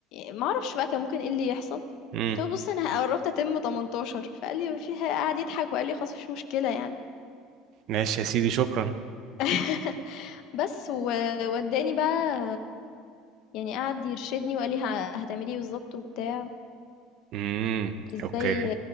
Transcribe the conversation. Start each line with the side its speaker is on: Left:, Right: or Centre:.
Left: ما أعرفش بقى كان ممكن إيه اللي يحصل، قُلت
Right: امم
Left: له: "بُصّ أنا ه قرّبت أتم 18" فقال لي: "ما فيها" قعد يضحك وقال لي: "خلاص ما فيش مشكلة يعني."
Right: ماشي يا سيدي شكرا
Left: <laughs> بس و وادّاني بقى يعني قعد يرشدني وقال لي ه هتعملي إيه بالضبط وبتاع،
Right: امم
Left: إزاي
Right: اوكي